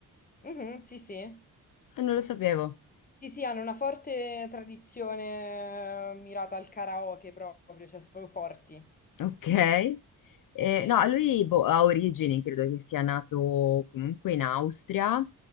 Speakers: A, on the left; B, on the left.
A: Mhm, sì, sì.
B: Ah, non lo sapevo.
A: Sì, sì, hanno una forte tradizione eh, mirata al karaoke proprio, cioè sono proprio forti.
B: Ok. Eh,
A: Sì, sì.
B: no, lui boh, ha origini, credo che sia nato comunque in Austria,